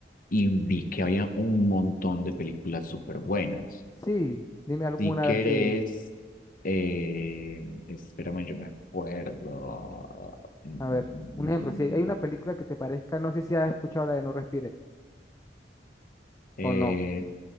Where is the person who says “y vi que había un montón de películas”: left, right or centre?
Left